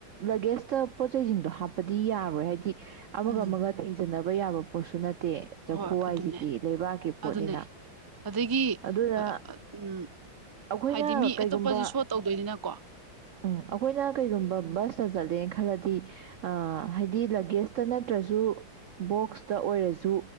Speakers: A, on the right (about 75°); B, on the right (about 30°).
A: ꯂꯒꯦꯖꯇ ꯄꯣꯠꯁꯤꯡꯗꯣ ꯍꯥꯞꯄꯗꯤ ꯌꯥꯔꯣꯏ ꯍꯥꯏꯗꯤ ꯑꯃꯒ
B: ꯎꯝ
A: ꯑꯃꯒ ꯊꯦꯡꯖꯤꯟꯅꯕ ꯌꯥꯕ <unintelligible> ꯇꯦ ꯆꯐꯨ
B: ꯍꯣꯏ
A: ꯍꯥꯏꯁꯤꯗꯤ
B: ꯑꯗꯨꯅꯦ
A: ꯂꯩꯕꯥꯛꯀꯤ ꯄꯣꯠꯅꯤꯅ
B: ꯑꯗꯨꯅꯦ ꯑꯗꯒꯤ
A: ꯑꯗꯨꯅ
B: ꯎꯝ
A: ꯑꯩꯈꯣꯏꯅ
B: ꯍꯥꯏꯗꯤ ꯃꯤ
A: ꯀꯩꯒꯨꯝꯕ
B: ꯑꯇꯣꯞꯄꯁꯨ ꯁꯣ ꯇꯧꯗꯣꯏꯅꯤꯅꯀꯣ
A: ꯎꯝ ꯑꯩꯈꯣꯏꯅ ꯀꯩꯒꯨꯝꯕ ꯕꯁ ꯕꯁꯇ ꯆꯠꯂꯦꯅ ꯈꯜꯂꯗꯤ ꯑ ꯍꯥꯏꯗꯤ ꯂꯒꯦꯖꯇ ꯅꯠꯇ꯭ꯔꯁꯨ ꯕꯣꯛꯁꯇ ꯑꯣꯏꯔꯁꯨ